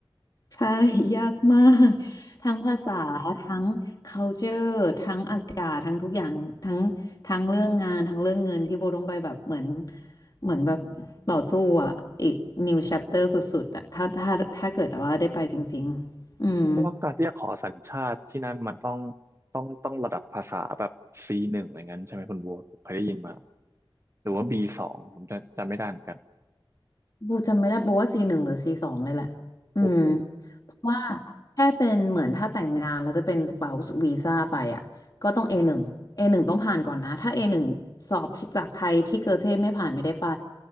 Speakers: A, on the left; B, on the right.
A: ใช่ <laughs> ยากมากทั้งภาษาทั้ง culture ทั้งอากาศทั้งทุกอย่างทั้งทั้งเรื่องงานทั้งเรื่องเงินที่โบต้องไปแบบเหมือนเหมือนแบบต่อสู้อ่ะอีก new chapter สุดๆอ่ะถ้าถ้าถ้าเกิดว่าได้ไปจริงๆอืม
B: พวกการที่จะขอสัญชาติที่นั่นมันต้องต้องต้องระดับภาษาแบบ C1 อะไรเงั้นใช่ไหมคุณโบทผมเคยได้ยินมาหรือว่า B2 ผมจะจำไม่ได้เหมือนกัน
A: โบจำไม่ได้โบว่า C หนึ่งหรือ C สองเลยแหละ อืม
B: โอ้โห
A: เพราะว่าแค่เป็นเหมือนถ้าแต่งงานแล้วจะเป็น spouse visa ไปอ่ะก็ต้อง A หนึ่ง A หนึ่งต้องผ่านก่อนนะถ้า A หนึ่งสอบที่จากไทยที่เกอเทไม่ผ่านไม่ได้ไป